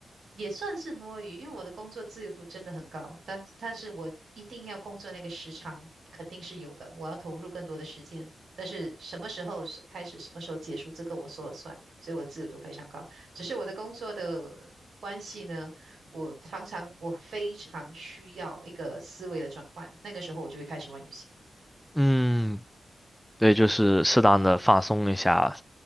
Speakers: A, on the right; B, in the centre.
A: 也算是摸鱼，因为我的工作自由度真的很高，但但是我一定要工作那个时长肯定是有的，我要投入更多的时间，但是什么时候是开始，什么时候结束，这个我说了算，所以我的自由度非常高。只是我的工作的关系呢，我常常我非常需要一个思维的转换，那个时候我就会开始玩游戏。
B: 嗯，对，就是适当的放松一下。